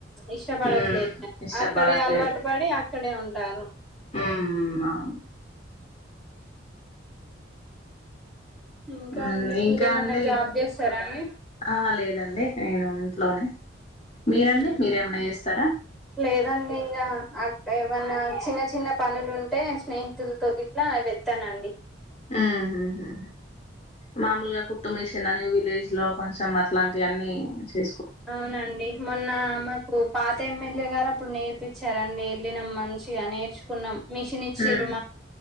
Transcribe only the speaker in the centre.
ఇష్టపడట్లేదు
అక్కడే అలవాటు పడి అ ఇక్కడే ఉంటారు
ఇంకా
అండి
మీరేమన్నా
జాబ్ చేస్తారా అండి
మ్
లేదండి ఇంకా అ ఏమన్నా చిన్న చిన్న పనులు ఉంటే స్నేహితులతో గట్లా వెళ్తానండి
అవునండి మొన్న మాకు పాత ఏమ్మ పిల్లగారు అప్పుడు నేర్పించారండి వెళ్ళినాం మంచిగా నేర్చుకున్నాం మిషన్ ఇచ్చిర్రు